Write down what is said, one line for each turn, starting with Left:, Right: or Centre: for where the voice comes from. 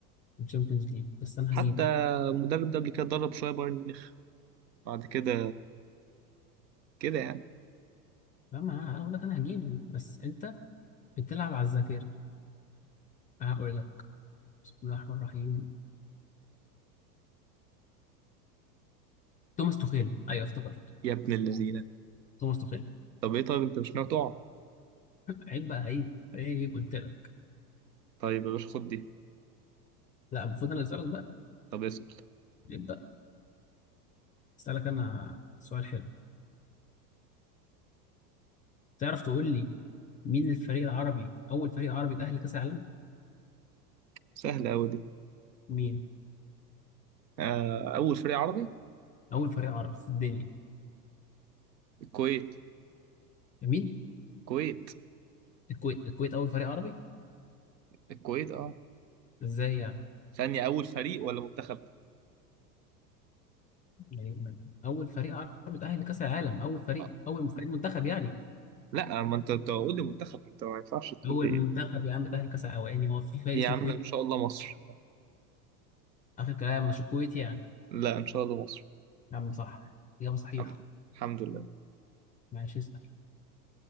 Left: الشامبيونز ليج بس انا
Right: حتى
Left: هجيبه
Right: المدرب ده قبل كده درب شويه بايرن ميونخ بعد كده كده يعني
Left: فاهم انا أنا اقول لك انا هجيبه بس انت بتلعب على الذاكره أنا هقول لك بسم الله الرحمن الرحيم توماس توخيل ايوه افتكرت
Right: يا ابن اللذينه
Left: توماس توخيل
Right: طب ايه طيب انت مش ناوي تقع
Left: عيب بقى عيب عيب قلت لك
Right: طيب يا باشا خد دي
Left: لا المفروض انا اللي اسالك بقى
Right: طب اسال
Left: عيب بقى اسالك انا سؤال حلو تعرف تقول لي مين الفريق العربي أول فريق عربي تأهل لكأس العالم
Right: سهلة أوي دي
Left: مين
Right: آه، أول فريق عربي
Left: أول فريق عربي في الدنيا
Right: الكويت
Left: مين
Right: الكويت
Left: الكويت الكويت أول فريق عربي
Right: الكويت أه
Left: إزاي يعني
Right: ثانية أول فريق ولا منتخب؟
Left: يعني أول فريق عربي تأهل لكأس العالم أول فريق
Right: أه.
Left: أول فريق منتخب يعني
Right: لا ما أنت تقول لي منتخب أنت ما ينفعش تقول
Left: أول
Right: لي
Left: منتخب يا عم تأهل لكأس العالم يعني هو في فريق
Right: يا
Left: اسمه
Right: عم
Left: الكويت
Right: إن شاء الله مصر
Left: آخر كلام مش الكويت يعني
Right: لا إن شاء الله مصر
Left: يا عم صح إجابة صحيحة
Right: الحمد لله الحمد لله
Left: ماشي اسأل